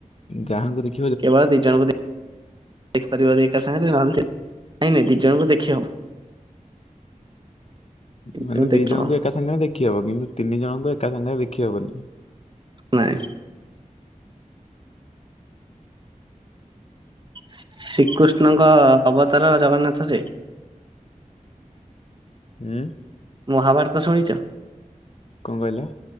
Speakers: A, on the left (about 50°); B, on the right (about 35°).
A: ଯାହା ଙ୍କୁ ଦେଖି
B: କେବଳ ଦି ଜଣଙ୍କୁ ଦେଖି ଦେଖିପାରିବ ଏକା ସାଙ୍ଗରେ ନହେଲେ ନାଇଁ ନାଇଁ ଦି ଜଣଙ୍କୁ ଦେଖି ହବ। ହବ
A: ମାନେ
B: ଦେଖି
A: ଦି
B: ହବ
A: ଜଣଙ୍କୁ ଏକା ସାଙ୍ଗରେ ଦେଖିହବ କିନ୍ତୁ ତିନି ଜଣଙ୍କୁ ଏକା ସାଙ୍ଗରେ ଦେଖିହବନି।
B: ନାଇଁ ଶ୍ରୀକୃଷ୍ଣଙ୍କ ଅବତାର ଜଗନ୍ନାଥ ଯେ।
A: ହୁଁ।
B: ମହାଭାରତ ଶୁଣିଚ?
A: କଣ କହିଲେ?